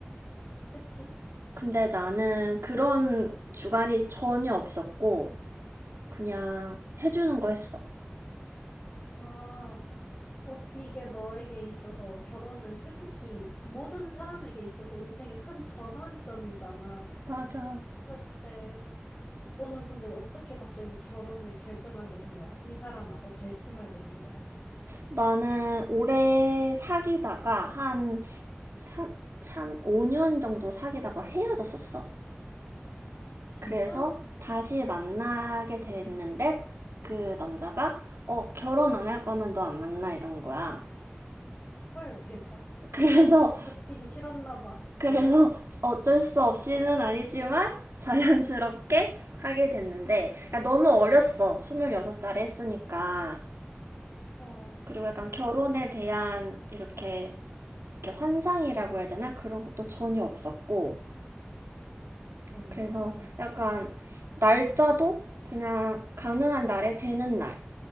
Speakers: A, on the left; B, on the right.
A: 그치?
B: 근데 나는 그런 주관이 전혀 없었고, 그냥 해주는 거 했어.
A: 아, 어, 이게 너에게 있어서 결혼은 솔직히 모든 사람에게 있어서 인생의 큰 전환점이잖아.
B: 맞아.
A: 근데 너는 근데 어떻게 갑자기 결혼을 결정하게 된 거야? 이 사람하고 결심하게 된 거야?
B: 나는 오래 사귀다가 한 3, 삼 5년 정도 사귀다가 헤어졌었어.
A: 어, 진짜?
B: 그래서 다시 만나게 됐는데 그 남자가 어, 결혼 안 할 거면 너 안 만나 이런 거야.
A: 헐, 대박.
B: <laughs> 그래서
A: 놓치기 싫었나 봐.
B: 그래서
A: 어,
B: 어쩔 수 없이는 아니지만 자연스럽게 하게 됐는데 그러니까 너무 어렸어. 26살에 했으니까.
A: 어,
B: 그리고 약간 결혼에
A: 그럼,
B: 대한 이렇게, 이렇게 환상이라고 해야 되나? 그런 것도 전혀 없었고.
A: 어,
B: 그래서 약간 날짜도 그냥 가능한 날에 되는 날.